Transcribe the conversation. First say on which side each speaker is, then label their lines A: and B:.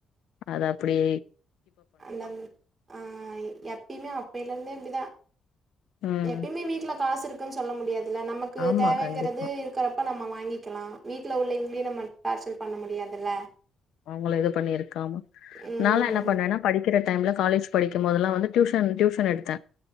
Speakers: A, on the left; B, on the right.
A: அது அப்டே
B: அந்த அ எப்பய்மே அப்பைலேர்ந்தே அப்டிதா
A: ம்
B: எப்பய்மே வீட்ல காசு இருக் குன் சொல்ல முடியா துல்ல நமக்கு
A: ஆமா
B: தேவைங்குறது
A: கண்டிப்பா
B: இருக்குறப்ப நம் ம வாங்கிக்கெலா வீட்ல உள்ளவிங்ளையு நம்ம டார்சல் பண்ண முடியாதுல்ல
A: அவ்ங்கள எது பண்ணிர் காம்மா
B: ம்
A: நால்லா என்ன பண்ணேன்னா படிக்கிற டைம்ல காலேஜ் படிக்கும்போதெல்லா வந்து டியூஷன் டியூஷன் எடுத்தே